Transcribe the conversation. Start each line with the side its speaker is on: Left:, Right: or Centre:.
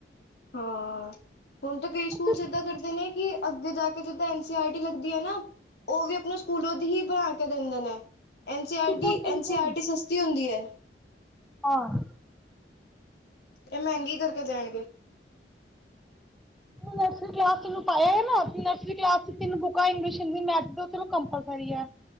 Left: ਹਾਂ ਹੁਣ ਤਾਂ ਕਈ
Centre: ਹਾਂਜੀ
Left: ਸਕੂਲ ਏਦਾਂ ਕਰਦੇ ਨੇਂ ਕਿ ਅੱਗੇ ਜਾ ਕੇ ਸਿੱਧਾ ਐਨ ਸੀ ਆਰ ਟੀ ਲੱਗਦੀ ਐਨਾਂ। ਉਹ ਵੀ ਆਪਣੇ ਸਕੂਲੋਂ ਦੀ ਹੀ ਬਣਾ ਕੇ ਦਿੰਦੇ ਨੇਂ ਐਨ ਸੀ ਆਰ
Centre: ਬਿਲਕੁਲ
Left: ਟੀ
Centre: ਬਿਲਕੁਲ
Left: ਐਨ ਸੀ ਆਰ ਟੀ ਸਸਤੀ ਹੁੰਦੀ ਐ।
Centre: ਹਾਂ
Left: ਇਹ ਮਹਿੰਗੀ ਕਰਕੇ ਦੇਣਗੇ।
Centre: ਨਰਸਰੀ ਕਲਾਸ ਇਹਨੂੰ ਪਾਇਆ ਨਾਂ ਨਰਸਰੀ ਕਲਾਸ ਚ, ਤਿੰਨ ਬੁੱਕਾਂ ਇੰਗਲਿਸ਼, ਹਿੰਦੀ, ਮੈਥ, ਚਲੋ ਕੰਪਲਸਰੀ ਐ।